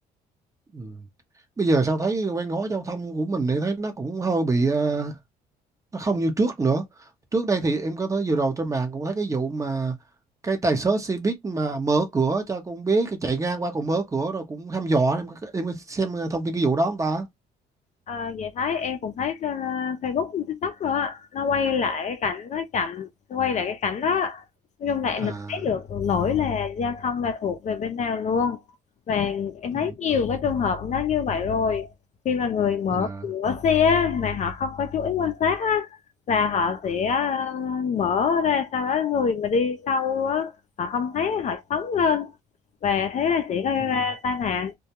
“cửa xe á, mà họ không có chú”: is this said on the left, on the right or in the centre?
Left